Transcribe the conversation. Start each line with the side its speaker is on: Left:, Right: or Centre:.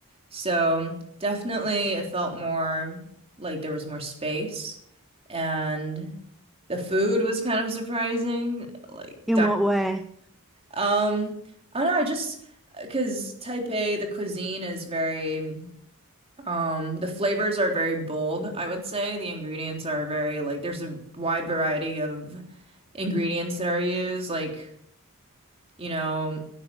Right: So definitely it felt more like there was more space and the food was kind of surprising. Like
Centre: In
Right: di-
Centre: what way?
Right: um I don't know, I just because Taipei, the cuisine is very um the flavors are very bold, I would say. The ingredients are very like there's a wide variety of ingredients that are used, like you know,